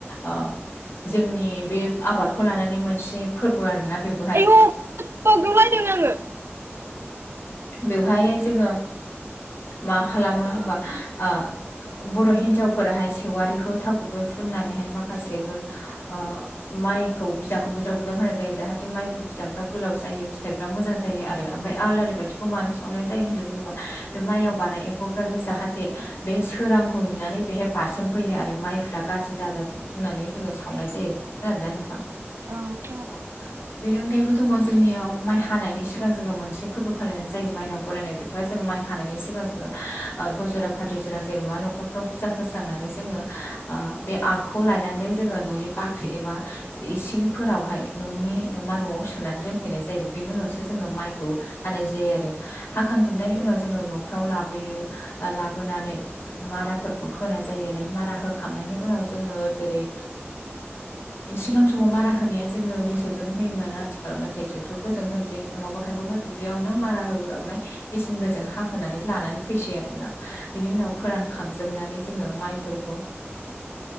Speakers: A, on the left; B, on the right.
A: ओ जोंनि बे आबादखौ लानानै मोनसे फोरबो आरोना बेबोहाय
B: औ बावदुलायदों आङो
A: बेवहाय जोङो मा खालामो होमबा ओ बर' हिन्जावफोराहाय सेवारिखौ थाव गुबै फुननानैहाय माखासेफोर ओह माइखौ बिदांखौ बुद दाव बुदाव होनाय जायो जाहाथे माइ बिदांफ्रा गोलाव जायो फिथाइफ्रा मोजां जायो आरो अआमफ्राय आलारि बाथि खौ माजों सावनाय जायो होननानै बुङोबा बे माइआव बानाय एम्फौफ्राबो जाहाथे बे सोरांखौ नुनानै बेहाय बारसोम फैयो आरो माइफ्रा गाज्रि दाजाथों होननानै जोङो सावनाय जायो। खोनादोंना नोंथां?
B: अ
A: अ बेनि अनगायैबो दङ जोंनियाव माइ हानायनि सिगां जोङो मोन से फोरबो फालिनाय जायो माइनाव बरायनाय बे बेहाय जो माइ हानायनि सिगां जोङोहुजरा फाद जा जेनेबा नखरफ्राव फुा हो फखांनानै जोङो बे आगखौ लायनानै जोङो न'नि बाख्रि एबा इसिं फोरावहाय न'नि न'मा न'आव सोनानै दोनफैनाय जायो बेनि उनावसो जोङो माइखौ हानाय जायो आरो हाखांजोबनायनि उनाव जोङो न'फ्राव लाबोयो लाबोनानै माराफोरखौ होनाय जायो आरो मारा होखांनायनि उनाव जोङो जेरै सिगां समाव मारा होनाया जोङो मोसौजोंनो होयोमोन आथिखालाव नाथाय ट्रेक्टरफोरजों होनोसै नङाबा खायफाफोर दुब्लियावनो मारा होगानाय मेचिनफोरजों हाहोनानै लानानै फैसै आरोना बिनि उनाव फोरानखांजोबनानै जोङो माइफोरखौ